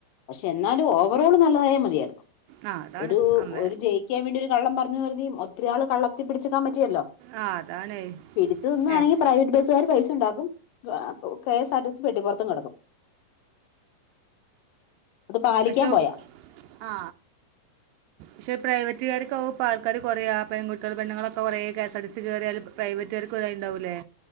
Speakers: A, on the left (about 75°); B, on the right (about 90°).
A: പക്ഷെ എന്നാലും ഓവറോള് നല്ലതായ മതിയായിരുന്നു
B: ആ അതാണ്
A: ഒരു
B: അമ്മ
A: ഒരു ജയിക്കാൻ വേണ്ടി ഒരു കള്ളം പറഞ്ഞു കരുതി ഒത്തിരി നാള് കള്ളത്തി പിടിച്ചിക്കാൻ പ റ്റില്ലല്ലോ
B: ആ അതാണ്
A: പിടിച്ചു നിന്നാണെ
B: ഏ
A: പ്രൈവറ്റ് ബസുകാർ പൈസ ഉണ്ടാക്കും ഓ K S R T C പെട്ടിപുറത്തും കിടക്കും അത് പാലിക്കാൻ
B: പക്ഷെ
A: പോയാ
B: ആ ക്ഷെ പ്രൈവറ്റുകാർക്കാവും ഇപ്പോൾആൾക്കാര് കുറയാ പെൺകുട്ടികൾ പെണ്ണുങ്ങൾ കുറേ K S R T C കയറിയാല് പ്രൈവറ്റുകാർ ഇതായി ഉണ്ടാവൂലെ